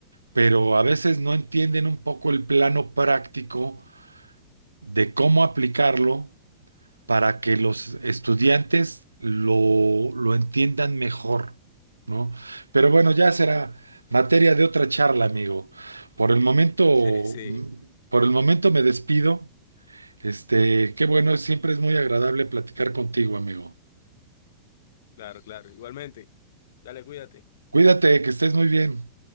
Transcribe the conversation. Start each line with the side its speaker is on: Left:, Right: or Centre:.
Right: pero a veces no entienden un poco el plano práctico de cómo aplicarlo para que los estudiantes lo, lo entiendan mejor, ¿no? Pero bueno, ya será materia de otra charla, amigo. Por el momento,
Left: Sí, sí,
Right: mm, por el momento me despido. Este, qué bueno, siempre es muy agradable platicar contigo, amigo.
Left: claro, claro. Igualmente, dale, cuídate.
Right: Cuídate, que estés muy bien.